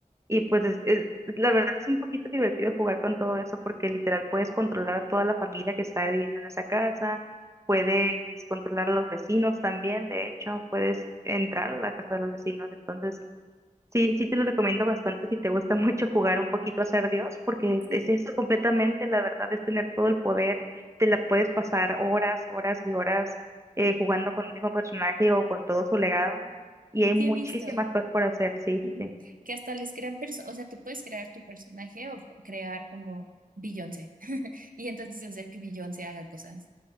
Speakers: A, on the right (about 20°); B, on the right (about 80°).
A: Y pues es, es- la verdad es un poquito divertido jugar con todo eso porque literal puedes controlar a toda la familia que está viviendo en esa casa. Puedes controlar a los vecinos también, de hecho, puedes entrar a la casa de los vecinos. Entonces, Sí, sí te lo recomiendo bastante si te gusta <laughs> mucho jugar un poquito a ser Dios, porque
B: Sí,
A: es, eso completamente, la verdad, es tener todo el poder, te la puedes pasar horas, horas y horas eh, jugando con un mismo personaje o con todo su legado, y hay
B: sí
A: muchísimas
B: he visto.
A: cosas por hacer, sí,
B: Ujú.
A: sí, sí.
B: Que hasta les crean personas, o sea, te puedes crear tu personaje o crear como Beyoncé <laughs> y entonces hacer que Beyoncé haga cosas